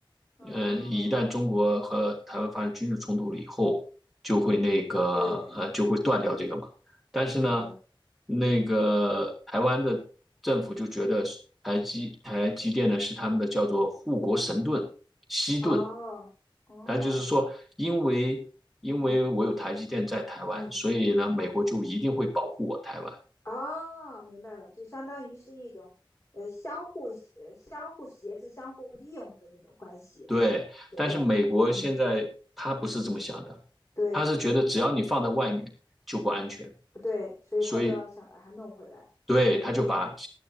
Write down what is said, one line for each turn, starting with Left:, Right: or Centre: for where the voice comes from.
Left: 嗯，
Centre: 呃，一旦中国和台湾发生军事冲突了以后，就会那个呃就会断掉这个嘛。
Left: 对，
Centre: 但是呢，
Left: 是的，
Centre: 那个台湾的政府就觉得是台积台积电呢是他们的叫做护国神盾西盾，
Left: 哦哦，
Centre: 它就是说，
Left: 哇，
Centre: 因为因为我有台积电在台湾，
Left: 嗯嗯。
Centre: 所以呢，美国就一定会保护我台湾。
Left: 哦，明白了，就相当于是一种，呃，相互协、相互挟制、相互利用的那种关系，
Centre: 对，
Left: 有带点儿，
Centre: 但是美国现在他不是这么想的，
Left: 嗯，对
Centre: 他是觉得只要你放在外面就不安全。
Left: 对，所以他就要想把它弄回来，
Centre: 所以对，他就把